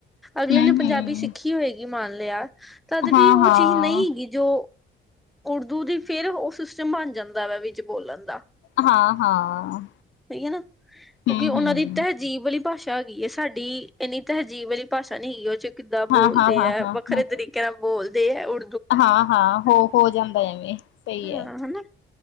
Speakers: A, in the centre; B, on the left.
A: ਅਗਲੇ
B: ਹੂੰ
A: ਨੇ
B: ਹੂੰ
A: ਪੰਜਾਬੀ ਸਿੱਖੀ ਹੋਏਗੀ। ਕੀ ਮੰਨ ਲਿਆ ਤਦ
B: ਹਾਂ
A: ਵੀ, ਉਹ
B: ਹਾਂ
A: ਚੀਜ਼ ਨਹੀਂ ਸੀਗੀ, ਜੋ ਉਰਦੂ ਦੀ ਫੇਰ ਉਹ ਸਿਸਟਮ ਬਣ ਜਾਂਦਾ, ਵਾ ਵਿੱਚ ਬੋਲਣ ਦਾ।
B: ਹਾਂ, ਹਾਂ।
A: ਸਹੀ ਐ ਨਾ, ਕਿਉਂਕਿ
B: ਹੂੰ
A: ਉਹਨਾਂ
B: ਹੂੰ
A: ਦੀ ਤਹਿਜੀਬ ਵਾਲੀ ਭਾਸ਼ਾ ਹੈਗੀ ਹੈ, ਸਾਡੀ ਇੰਨੀ ਤਹਿਜੀਬ ਵਾਲੀ ਭਾਸ਼ਾ ਨਹੀਂ ਹੈਗੀ। ਉਹ'ਚ ਕਿੱਦਾਂ
B: ਹਾਂ
A: ਬੋਲਦੇ
B: ਹਾਂ ਹਾਂ
A: ਐ,
B: ਹਾਂ
A: ਵੱਖਰੇ
B: ਹਾਂ
A: ਤਰੀਕੇ ਨਾਲ ਬੋਲਦੇ ਐ, ਉ
B: ਹਾਂ ਹਾਂ ਹੋ ਹੋ ਜਾਂਦ ਐਵੇਂ, ਸਹੀ
A: ਹਾਂ
B: ਐ।
A: ਹਨਾ